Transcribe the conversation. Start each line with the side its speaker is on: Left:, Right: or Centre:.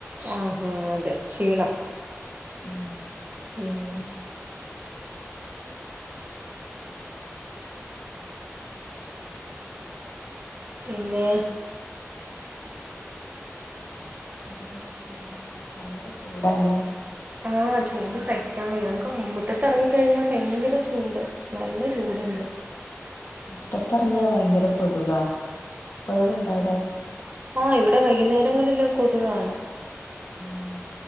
Right: ആഹാ അതെ ക്ഷീണം
Left: ഉം
Right: ഉം പിന്നെ
Left: പിന്നെന്തൊക്കെയാണ് ഭയങ്കര ചൂടാലേ
Right: ആ ചൂട് സഹിക്കാൻ വയ്യ നമുക്ക് മുറ്റത്ത് ഇറങ്ങി കഴിഞ്ഞാ ഭയങ്കര ചൂട് നല്ല ചൂടുണ്ട്
Left: മുറ്റത്തിറങ്ങിയാ ഭയങ്കര കൊതുകാ കൊതുകുണ്ടോ അവിടെ?
Right: ആ ഇവിടെ വൈകുന്നേരങ്ങളിലൊക്കെ കൊതുകാണും
Left: ഉം